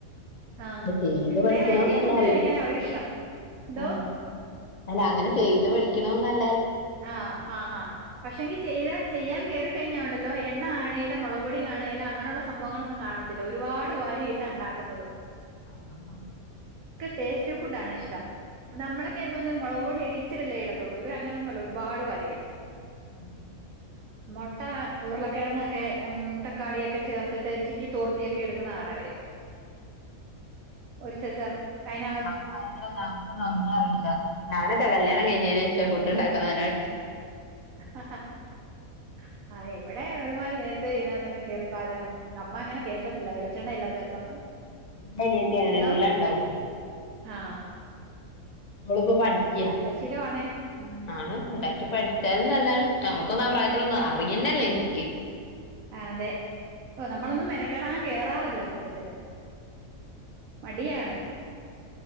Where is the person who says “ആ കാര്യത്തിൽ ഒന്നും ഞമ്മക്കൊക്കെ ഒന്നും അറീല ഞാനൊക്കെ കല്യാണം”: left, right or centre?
Left